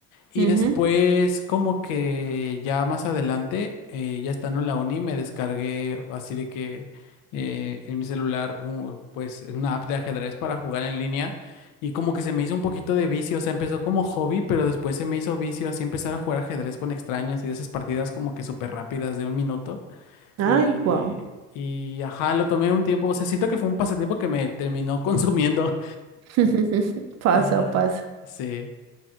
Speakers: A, on the left (about 65°); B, on the right (about 50°).
A: y
B: Ujú.
A: después, como que ya más adelante, eh, ya estando en la uni, me descargué así de que eh, en mi celular, un- pues una app de ajedrez para jugar en línea. Y como que se me hizo un poquito de vicio, o sea, empezó como hobby, pero después se me hizo vicio así empezar a jugar ajedrez con extraños y de esas partidas como que súper rápidas de un minuto.
B: Ay,
A: Y,
B: guau.
A: y ajá, lo tomé un tiempo, o sea, siento que fue un pasatiempo que me terminó <laughs> consumiendo.
B: <laughs> Pasa,
A: Ajá,
B: pasa.
A: sí.